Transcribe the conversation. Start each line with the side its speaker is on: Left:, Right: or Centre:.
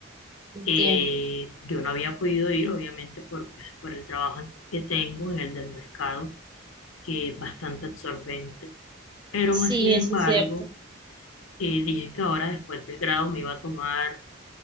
Right: entiendo.
Left: Eh, yo no había podido ir, obviamente, por, pues, por el trabajo que tengo en el del mercado, que es bastante absorbente. Pero
Right: Sí,
Left: más sin
Right: eso
Left: embargo,
Right: es cierto.
Left: eh, dije que ahora después del grado me iba a tomar